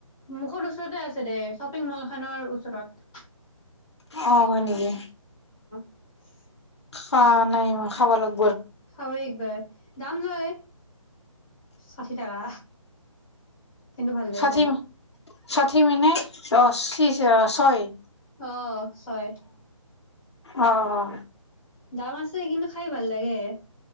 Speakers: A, in the centre; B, on the left.
A: মুখৰ ওচৰতে আছে দে শ্বপিং মল খনৰ ওচৰত
B: অ হয় নেকি‌?
A: <inaudible>
B: অ নাই হোৱা খাব লইছো
A: খাওৱে একবাৰ দাম লয় ষাঠি টকা কিন্তু ভাল লাগে
B: ষাঠি
A: খাই
B: ষাঠি মিননে ৰস ত্ৰিছ ছয়
A: অহ ছয়
B: অ অ
A: দাম আছে কিন্তু খাই ভাল লাগে